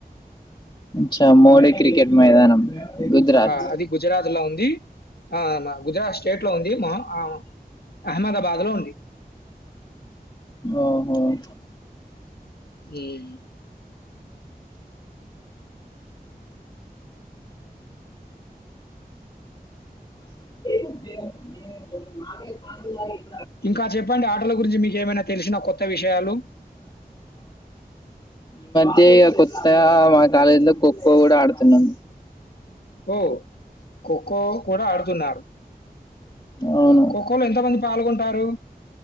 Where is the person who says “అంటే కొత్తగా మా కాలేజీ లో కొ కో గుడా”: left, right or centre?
Left